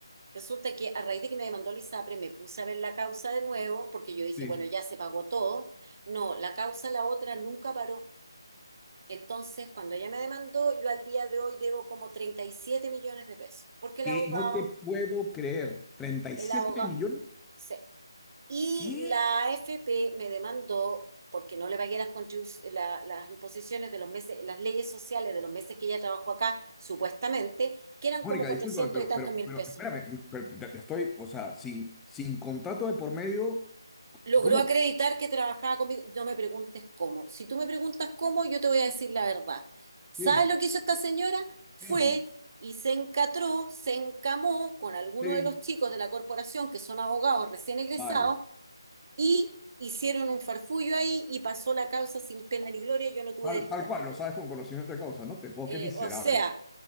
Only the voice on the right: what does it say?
resulta que a raíz de que me demandó la ISAPRE me puse a ver la causa de nuevo, porque yo dije,
bueno, ya se pagó todo. No, la causa, la otra, nunca paró. Entonces, cuando ella me demandó, yo al día de hoy debo como treinta y siete millones de pesos, porque el
abogado,
el
abogado,
sí. Y
la AFP me demandó porque no le pagué las, la- las imposiciones de los meses, las leyes sociales de los meses que ella trabajó acá, supuestamente, que eran
como 400
y tantos
mil
pesos.
Logró
acreditar que trabajaba conmigo. No me preguntes cómo. Si tú me preguntas cómo, yo te voy a decir la verdad. ¿Sabes
lo que hizo esta señora? Fue
y se encatró, se encamó con alguno
de los chicos de la corporación que son abogados recién egresados
y hicieron un farfullo ahí y pasó la causa sin pena ni gloria, yo no tuve
derecho
a defenderme.
Eh,
o sea,